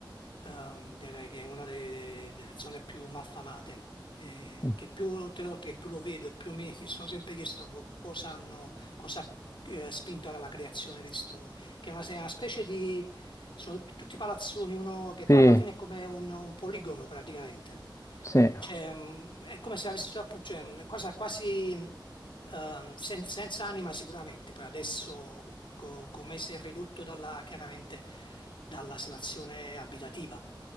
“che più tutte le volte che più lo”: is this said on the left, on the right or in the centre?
Left